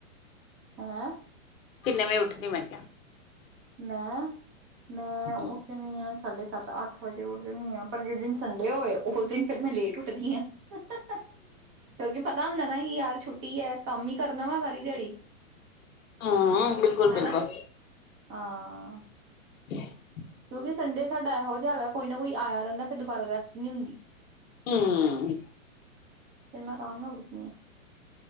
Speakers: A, on the right; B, on the left.
A: ਹੈਂ
B: ਵਜੇ ਉੱਠਦੀ, ਮੈਂ ਕਿਹਾ
A: ਮੈਂ, ਮੈਂ
B: ਹੂੰ
A: ਉੱਠ ਜਾਂਦੀ ਹਾਂ ਸਾਡੇ ਸੱਤ ਅੱਠ ਵਜੇ ਉੱਠ ਜਾਂਦੀ ਆਂ, ਪਰ ਜਿਸ ਦਿਨ ਸੰਡੇ ਹੋਏ, ਉਸ ਦਿਨ ਫੇਰ ਮੈਂ ਲੇਟ ਉੱਠਦੀ ਆਂ। ਕਿਉਂਕਿ ਪਤਾ ਹੁੰਦਾ ਨਾ ਕਿ ਯਾਰ ਛੁੱਟੀ ਟੀ ਹੈ, ਕੰਮ ਹੀ ਕਰਨਾ ਵਾ ਸਾਰੀ ਦਿਹਾੜੀ।
B: ਹਾਂ ਬਿਲਕੁਲ
A: ਹਨਾ
B: ਬਿਲਕੁਲ
A: ਹਾਂ
B: ਹ <inaudible>
A: ਕਿਉਂਕਿ ਸੰਡੇ ਸਾਡਾ ਇਹੋ ਜਿਹਾ ਹੈ ਕੋਈ ਨਾ ਕੋਈ ਆਇਆ ਰਹਿੰਦਾ ਫੇਰ ਦੁਬਾਰਾ ਰੈਸਟ ਨਹੀਂ ਹੁੰਦੀ।
B: ਹੂੰ
A: ਫਿਰ ਮੈਂ ਆਰਾਮ ਨਾਲ ਉੱਠਦੀ। ਹਾਂ